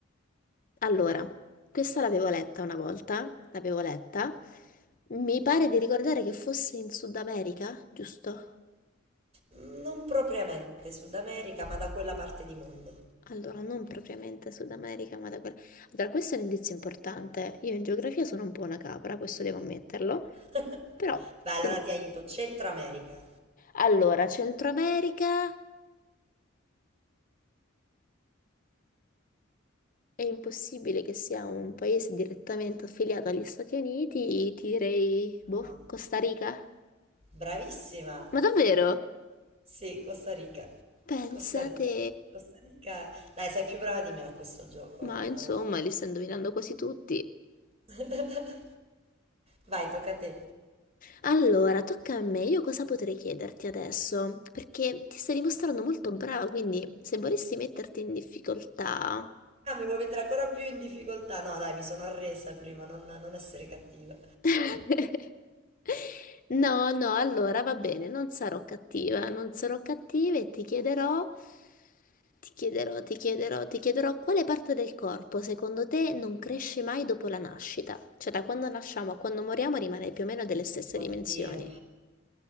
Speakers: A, on the left; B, on the right.
A: Allora, questa l'avevo letta una volta, l'avevo letta. Mi pare di ricordare che fosse in Sud America, giusto?
B: Mm, Non propriamente Sud America, ma da quella parte di mondo.
A: Allora, non propriamente Sud America, ma da quella... Allora, questo è un indizio importante. Io in geografia sono un po' una capra, questo devo ammetterlo.
B: <laughs> Beh,
A: Però...
B: allora
A: ten-
B: ti aiuto. Centro America.
A: Allora, Centro America... È impossibile che sia un paese direttamente affiliato agli Stati Uniti, ti direi, boh,
B: No.
A: Costa Rica?
B: Bravissima.
A: Ma davvero?
B: Sì, Costa Rica.
A: Pensate...
B: Costa Rica. Costa Rica. Dai, sei più brava di me a questo gioco.
A: Ma
B: non-
A: insomma, li sto indovinando quasi tutti.
B: <laughs> Vai, tocca a te.
A: Allora, tocca a me. Io cosa potrei chiederti adesso? Perché ti stai dimostrando molto brava, quindi se vorresti metterti in difficoltà...
B: Ah, mi vuoi mettere ancora più in difficoltà? No, dai, mi sono arresa prima, non, non essere cattiva.
A: <laughs> No, no, allora va bene, non sarò cattiva, non sarò cattiva e ti chiederò... Ti chiederò, ti chiederò, ti chiederò quale parte del corpo secondo te non cresce mai dopo la nascita? Cioè da quando nasciamo a quando moriamo rimane più o meno delle stesse dimensioni.
B: Oddio,